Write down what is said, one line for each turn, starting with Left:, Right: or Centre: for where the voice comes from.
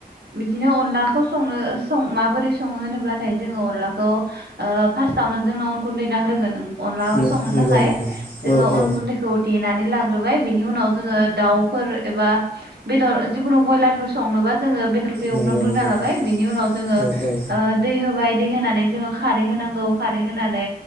Right: बिदिनो अनलाखौ सङो ओ सं माबोरै सङो होनोब्लाथाय जोङो अनलाखौ ओ फास्टावनो जोंनो अन गुन्दै नांग्रोगोन अनदला
Left: नंगौ
Right: संनो थाखाय
Left: नंगौ
Right: जोङो
Left: औ औ
Right: अन गुन्दै देनानै लाग्रोबाय बिनि उनाव जोङो दाउफोर एबा बेदर जिखुनु बयलारफोर संनोबा जोङो बेदरखौ एवफ्रामग्रोना
Left: नंगौ नंगौ
Right: लाबाय बिनि उनाव
Left: औ औ
Right: ओ दै होबाय दै होनानै जोङो खारै होनांगौ खारै होनानै